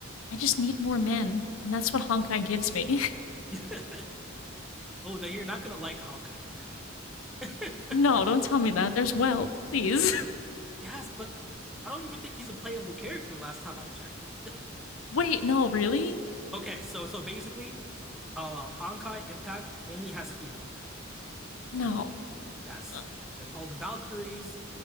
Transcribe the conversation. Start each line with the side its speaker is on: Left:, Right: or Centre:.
Left: I just need more men. And that's what Honkai gives me.
Centre: <laughs> oh, then you're not gonna like Honkai Impact. <laughs>
Left: <laughs> no, don't tell me that. There's wealth, please.
Centre: yes, but I don't even think he's a playable character last time I checked.
Left: <laughs> Wait, no, really?
Centre: Okay, so so basically, uh Honkai Impact only has female characters,
Left: No.
Centre: fortunately. Yes.
Left: Uh,
Centre: They're called Valkyries